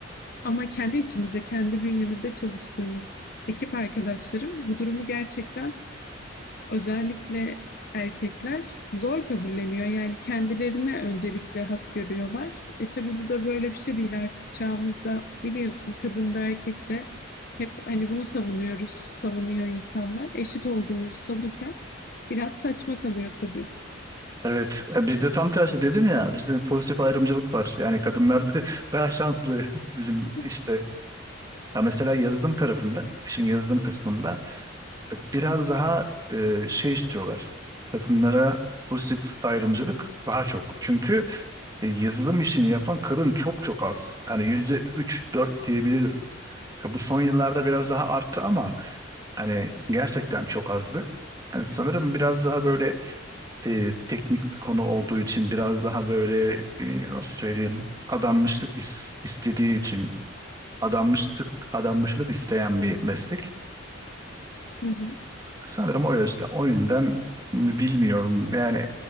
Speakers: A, on the left; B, on the right.
A: Ama kendi içimizde, kendi bünyemizde çalıştığımız ekip arkadaşlarım bu durumu gerçekten özellikle erkekler zor kabulleniyor. Yani kendilerine öncelik ve hak görüyorlar. E tabii bu da böyle bir şey değil artık çağımızda biliyorsun kadın da erkek de hep hani bunu savunuyoruz, savunuyor insanlar. Eşit olduğumuzu savunurken biraz saçma kalıyor tabii.
B: Evet, e, bizde tam tersi dedim ya, bizde pozitif ayrımcılık var. Yani kadınlar da <laughs> daha şanslı bizim
A: <laughs>
B: işte. Ya mesela yazılım tarafında, işin yazılım kısmında biraz daha e, şey istiyorlar. Kadınlara pozitif ayrımcılık daha çok. Çünkü e, yazılım işini yapan kadın çok çok az. Hani yüzde üç dört diyebilirim. E, Bu son yıllarda biraz daha arttı ama hani gerçekten çok azdı. Yani sanırım biraz daha böyle e, teknik bir konu olduğu için biraz daha böyle e, nasıl söyleyeyim adanmışlık is- istediği için adanmışlık adanmışlık isteyen bir meslek.
A: Hı hı.
B: Sanırım o yüzden o yüzden mi bilmiyorum. Yani